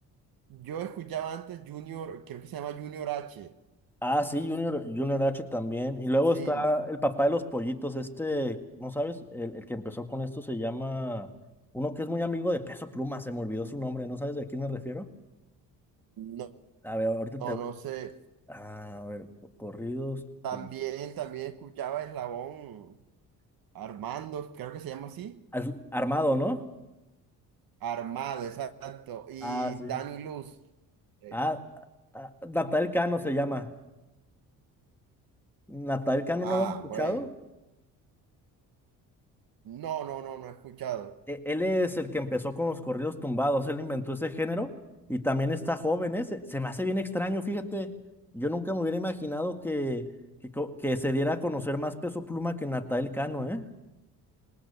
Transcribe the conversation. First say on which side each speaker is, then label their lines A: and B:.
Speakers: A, on the right; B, in the centre.
A: Yo escuchaba antes Junior, creo que se llama Junior H.
B: Ah, sí, Junior, Junior H también. Y luego
A: Sí,
B: está el papá de los pollitos, este, ¿no sabes? El, el que empezó con esto se llama, uno que es muy amigo de Peso Pluma, se me olvidó su nombre, ¿no sabes de quién me refiero?
A: No,
B: A ver, ahorita
A: no,
B: te...
A: no sé.
B: A ver, co- corridos.
A: También,
B: con-
A: también escuchaba Eslabón Armando, creo que se llama así.
B: Al- Armado, ¿no?
A: Armado, exacto. Y
B: Ah, sí.
A: Dani Luz. eh,
B: Ah, ah, Natal Cano se llama. ¿Natal Cano
A: Ah,
B: no lo has escuchado?
A: bueno. No, no, no, no he escuchado.
B: E- Él es el que empezó con los corridos tumbados, él inventó ese género y también está joven, ¿eh? Se, se me hace bien extraño, fíjate, yo nunca me hubiera imaginado que, que, co- que se diera a conocer más Peso Pluma que Natal Cano, ¿eh?